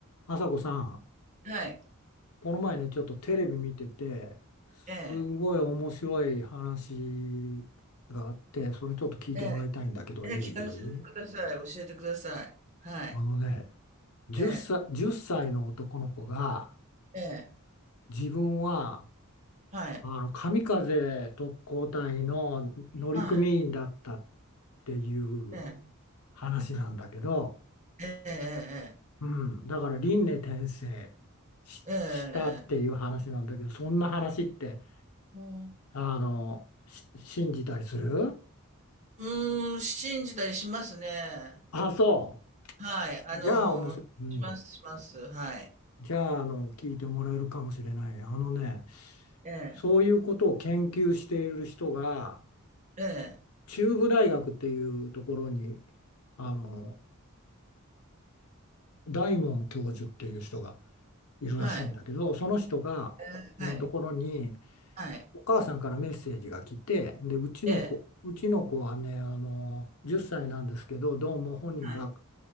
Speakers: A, on the left; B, on the right.
A: 朝子さん、
B: はい。
A: この前ね、ちょっとテレビ見てて、
B: ええ、
A: すごい面白い話があって、それちょっと聞いてもらいたいんだけど、
B: ええ、ええ、
A: い
B: 聞かせてください。
A: い
B: 教えてください。はい。
A: あのね、10歳、
B: ええ、
A: 1歳の男の子が、
B: ええ、
A: 自分は、
B: はい。
A: あの、神風特攻隊の乗組員だったっ
B: はい。
A: ていう
B: ええ、
A: 話なんだけど、
B: ええ、
A: うん、だから輪廻転生し、
B: ええ、ええ、
A: したっていう話なんだけど、
B: ええ、
A: そんな話って、
B: うん、
A: あの、し信じたりする
B: うーん信じたりしますね。
A: あ、そ
B: はい。あの、
A: う。じゃあ、おもし、うん。
B: します、します。はい。
A: じゃあ、あの、聞いてもらえるかもしれない。あのね、
B: ええ、
A: そういうことを研究している人が、
B: ええ、
A: 中部大学っていうところに、あの、大門教授っていう人がいるらしいんだけど、
B: はい。
A: その人が、
B: ええ、
A: のところに、
B: はい。はい。
A: お母さんからメッセージが来て、で、うちの子、
B: ええ、
A: うちの子はね、あの、10歳なんですけど、どうも本人が、
B: はい。